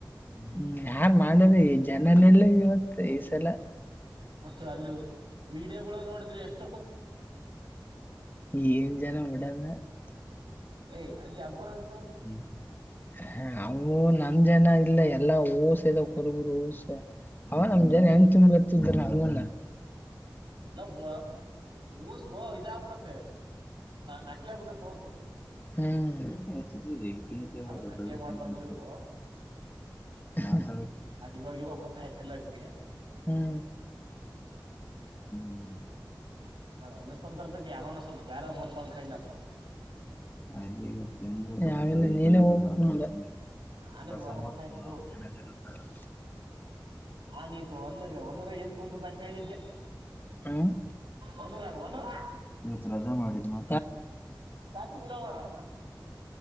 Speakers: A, on the left; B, on the right.
A: ಹ್ಮ್ ಯಾರ್ ಮಾಡ್ರಿ ಈ ಜನನಲ್ಲ ಇವತ್ ಈ ಸಲ
B: ಮತ್ತೆ ಅಲ್ಲಿ ವಿಡಿಯೋಗಳು ನೋಡಿದ್ರೆ ಎಷ್ಟು
A: ಈಜನ ಅಡನ್ನ <inaudible>
B: ಯ್ ಅಲ್ಲಿ ಅಕ್ಬರ <inaudible>
A: ಹ್ಮ ಹ ಅೂ ನಮ ಜನ ಇಲ್ಲ ಎಲ್ಲಾ ಕೊರಗುರುಸ ಅವ ನಮ್ ಜನ್
B: ಓಸ್
A: ಹೆಂಗ್ ತುಂಬತ್ತಿದ್ರಂಗ
B: ನಲ್ಲ ಊಸಬ ಇದಗ್ಬಿಟ್ಟತ್ತ ನಕ್ಲಿ ಆಗ್ಬಿಟ್ಟತ್ತ ೋಸತ್ <inaudible>
A: ಹ ರಗ ನಿ
B: ಅಲ್ಲ
A: ಬತ
B: ನಕ್ಲೆ ಮಾಡ್ತಾರ
A: ಮನುಷನ
B: ಬಿಡಿವ್ರು
A: <inaudible> ಅ <inaudible>
B: ಅದ್ ಇವಾಗ ಇವಾಗ ಗೊತ್ತಾಯ್ತ ಎಲ್ಲರಿಗೆ
A: ಹ್ಮ್್ಮ <inaudible>
B: ನಾನ ಒಂದ ಸಂದರ್ತಕ್ಕೆ ಯಾವನ ಸ್ವಲ್ಪ ಬೇರೆ ಬರ್ತಂದ ಕನಪ್ಪ <inaudible>
A: ಗೊ ನೀನೇ ಹೋಗಬೇಕ <inaudible>
B: ನಾನೇ
A: ಕೆಲಸ
B: ಬರ್ಬೇಕಾಯ್ತು
A: ಮಾಡಕ ಅವ ಮ್ಯಾನೇಜರ್ ಇತಾರ
B: ಛೆ,
A: <inaudible>
B: ಹಾ ನೀತು ಒಂದ ಒಂದ್ರ ಎಲ್ಲಿ ತುಂಬ್ದು ತನಕ ಹೇಳಿದ್ದೆ <inaudible>
A: ಹ <inaudible>
B: ಒಂದುರುವನು <inaudible>
A: ಇವತ್ತು ರಜಾ ಮಾಡಿದ <inaudible>
B: ಕಾಸಿನ ಲವರ್